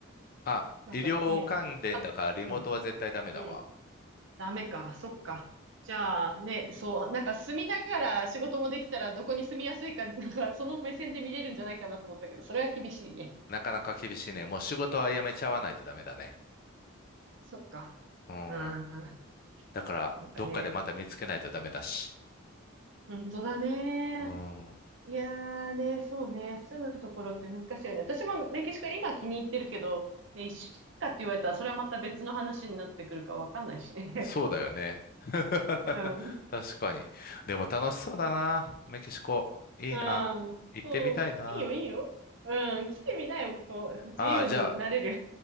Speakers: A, on the left; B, on the right.
A: あ、
B: なんかね、
A: 医療関連だからリモートは絶対ダメだわ。
B: は、うん、うん。ダメか、そっか。
A: うん、
B: じゃあね、
A: ダメ。
B: そう、なんか住みながら仕事もできたらどこに住みやすいか、<laughs> なんかその目線で見れるんじゃないかなと思ったけど、それは厳しいね。
A: なかなか厳しいね。もう仕事は辞めちゃわないとダメだね。
B: そっか。
A: うん。
B: うん、な
A: だから、
B: んかね、
A: どっかでまた見つけないとダメだし。
B: 本当だね。
A: うん。
B: いやーね、そうね、住むところって難しいよね。私もメキシコ今気に入ってるけど、ね、一週間かって言われたらそれはまた別の話になってくるかわかんないしね。
A: そうだよね。<laughs>
B: <laughs> うん。
A: 確かに。でも楽しそうだな。メキシコ。いいな。
B: うん。
A: 行ってみたいな。
B: そう。いいよ、いいよ。うん。来てみなよ、ここ。自由になれる。
A: ああ、じゃあ、